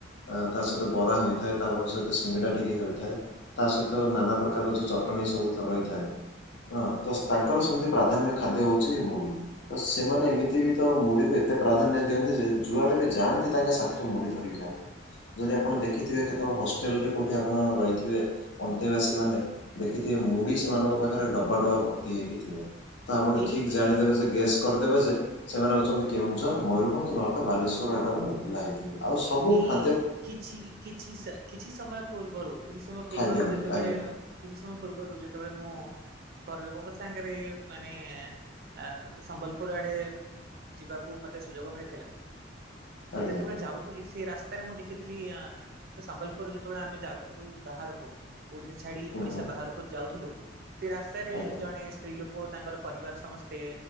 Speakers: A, on the left (about 65°); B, on the right (about 50°).
A: ଆ- ତା ସହିତ ବରା ହୋଇଥାଏ ତାପରେ ସହିତ ସିଙ୍ଗିଡ଼ା ଟିକେ ହୋଇଥାଏ। ତା ସହିତ ନାନା ପ୍ରକାର ଯଉ ଚଟଣୀ ସବୁ ତ ରହିଥାଏ ହଁ -ତ ତାଙ୍କର ସେମିତି ପ୍ରାଧାନ୍ୟ ଖାଦ୍ୟ ହଉଚି ମୁଢି। ତ ସେମାନେ ଏମିତି ବି ତ ମୁଢିକୁ ଏତେ ପ୍ରାଧାନ୍ୟ ଦିଅନ୍ତି ଯେ ଯୁଆଡେ ବି ଯାଆନ୍ତି। ତାଙ୍କେ ସାଥିରେ ମୁଢି ଧରିକି ଯାଆନ୍ତି। ଯଦି ଆପଣ ଦେଖିଥିବେ କେତେବେଳେ ହଷ୍ଟେଲରେ କଉଠେ ଆପଣ ରହିଥିବେ ଅନ୍ତେବାସୀ ମାନେ ଦେଖିଥିବେ ମୁଢି ସେମାନଙ୍କ ପାଖେରେ ଡବା ଡବା ଭର୍ତ୍ତି ହେଇକି ଥିବ ତ ଆପଣ
B: ଏଇ
A: ଠିକ୍ ଜାଣିଦେବେ ଯେ ଗେସ୍ କରିଦେବେ ଯେ ସେମାନେ ହେଉଚନ୍ତି କେଉଁଝର୍, ମୟୂରଭଞ୍ଜ୍ ନହେଲ୍ ତ ବାଲେଶ୍ୱର ଆଡର ପିଲା ହେଇଥି ଆଉ ସବୁ
B: ଏଇ
A: ଖା
B: କିଛି- କିଛି -ସା- କିଛି ସମୟ ପୂର୍ବରୁ କିଛି ସମୟ ପୂର୍ବରୁ
A: ଖାଇଦିଅନ୍ତି
B: ଯେତେବଳେ
A: ଆଜ୍ଞା
B: କିଛି ସମୟ ପୂର୍ବରୁ ଯେତେବଳେ ମୁଁ ଘରଲୋକଙ୍କ ସାଙ୍ଗେରେ ମାନେ ଆଁ- ଆ-ସମ୍ବଲପୁର୍ ଆଡେ ଯିବାକୁ ମତେ ସୁଯୋଗ ମିଳିଥିଲା
A: ଆଜ୍ଞା
B: ଯେତେବେଳେ
A: ଆଜ୍ଞା
B: ଯାଉ ଥିଲି ସେଇ ରାସ୍ତାରେ ମୁଁ ଦେଖିଥିଲି ଆ- ତ ସମ୍ବଲପୁର୍ ଯେତେବଳେ ଆମେ ଯାଉଥିଲୁ ବାହାରକୁ ଓଡ଼ିଶା ଛାଡ଼ି
A: ହୁଁ
B: ଓଡ଼ିଶା
A: ହୁଁ
B: ବାହାରକୁ ଯାଉଥୁଲୁ ସେ ରାସ୍ତାରେ
A: ଆଜ୍ଞା
B: ଜଣେ ସ୍ତ୍ରୀ ଲୋକ ତାଙ୍କର ପରିବାର ସମସ୍ତେ